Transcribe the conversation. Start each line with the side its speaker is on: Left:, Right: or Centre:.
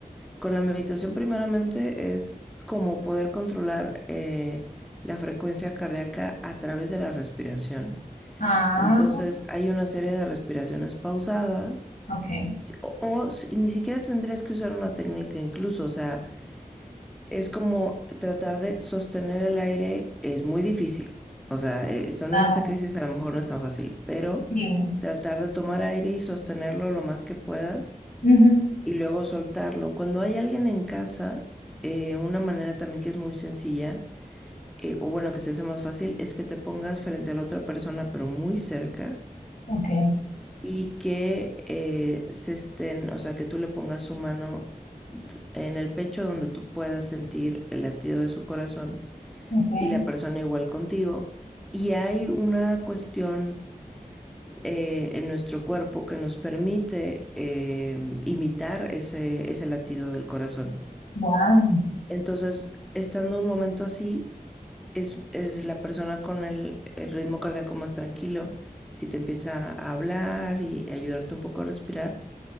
Centre: con la meditación primeramente es como poder controlar eh, la frecuencia cardíaca a través de la respiración.
Left: Ah,
Centre: Entonces hay una serie de respiraciones pausadas.
Left: ok.
Centre: si- O, o si- ni siquiera tendrías que usar una técnica incluso, o sea, es como tratar de sostener el aire es muy difícil. O sea, eh, estando
Left: Ah,
Centre: en esa crisis a lo mejor no es tan fácil, pero
Left: sí.
Centre: tratar de tomar aire y sostenerlo lo más que puedas
Left: Ujú,
Centre: y luego soltarlo. Cuando hay alguien en casa, eh, una manera también que es muy sencilla, eh, o bueno, que se hace más fácil, es que te pongas frente a la otra persona, pero muy cerca,
Left: Ok,
Centre: y que eh, se estén, o sea, que tú le pongas su mano en el pecho donde tú puedas sentir el latido de su corazón
Left: ok.
Centre: y la persona igual contigo. Y hay una cuestión eh, en nuestro cuerpo que nos permite eh, imitar ese, ese latido del corazón.
Left: Wow.
Centre: Entonces, estando un momento así, es, es la persona con el, el ritmo cardíaco más tranquilo. Si te empieza a hablar y ayudarte un poco a respirar,